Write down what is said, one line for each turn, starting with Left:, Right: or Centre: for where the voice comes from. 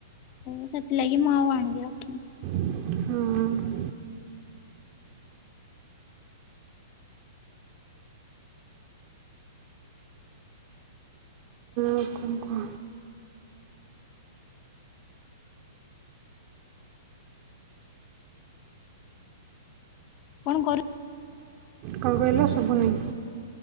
Left: ତ ସେଥିଲାଗି ମୁଁ ଆଉ ଆଣିକି ରଖିନି।
Right: ହଁ। ଆଉ କଣ କୁହ?
Left: କଣ କର
Right: କଣ କହିଲ ଶୁଭୁନି?